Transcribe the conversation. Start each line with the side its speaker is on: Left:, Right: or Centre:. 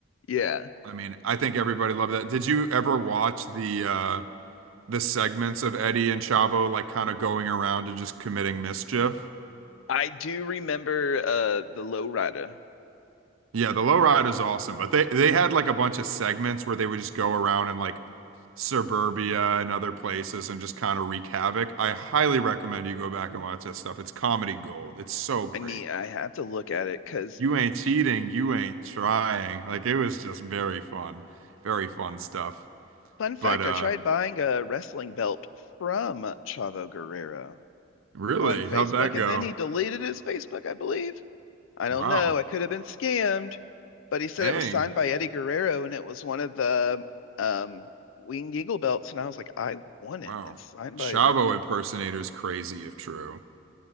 Left: yeah,
Right: I mean, I think everybody loved that. Did you ever watch the uh the segments of Eddie and Chavo like kind of going around and just committing mischief?
Left: I do remember uh the lowrider.
Right: Yeah, the Lowrider is awesome, but they they had like a bunch of segments where they would just go around and like suburbia and other places and just kind of wreak havoc. I highly recommend you go back and watch that stuff. It's comedy gold. It's so great.
Left: I need I have to look at it because
Right: You ain't cheating, you ain't trying. Like it was just very fun. Very fun stuff.
Left: fun fact,
Right: But uh
Left: I tried buying a wrestling belt from Chavo Guerrero
Right: really,
Left: on Facebook
Right: how'd that go?
Left: and then he deleted his Facebook, I believe. I don't
Right: Wow.
Left: know. I could have been scammed, but he said
Right: Dang.
Left: it was signed by Eddie Guerrero and it was one of the um Winged Eagle belts. And I was like, I want
Right: Wow.
Left: it and signed
Right: Chavo
Left: by Red.
Right: impersonator's crazy if true.